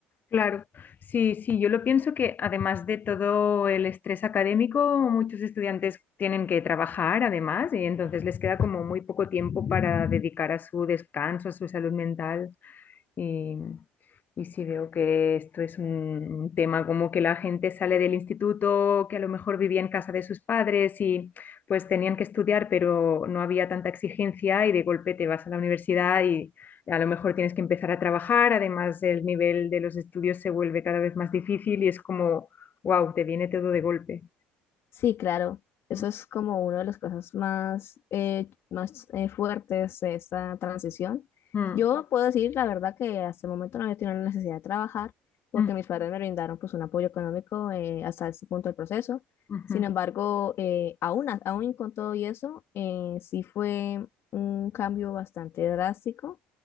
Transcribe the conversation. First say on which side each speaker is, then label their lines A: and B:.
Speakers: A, on the left; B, on the left.
A: Claro, sí, sí, yo lo pienso que además de todo el estrés académico, muchos estudiantes tienen que trabajar además y entonces les queda como muy poco tiempo para dedicar a su descanso, a su salud mental y, y sí veo que esto es un, un tema como que la gente sale del instituto, que a lo mejor vivía en casa de sus padres y pues tenían que estudiar, pero no había tanta exigencia y de golpe te vas a la universidad a lo mejor tienes que empezar a trabajar, además el nivel de los estudios se vuelve cada vez más difícil y es como, wow, te viene todo de golpe.
B: Sí, claro. Eso
A: Mm,
B: es como una de las cosas más, eh, más eh, fuertes de esta transición.
A: mm,
B: Yo puedo decir la verdad que hasta el momento no he tenido la necesidad de trabajar porque
A: mm,
B: mis padres me brindaron pues un apoyo económico eh, hasta este punto del proceso.
A: ujú,
B: Sin embargo, eh, aún, a- aún con todo y eso, eh, sí fue un cambio bastante drástico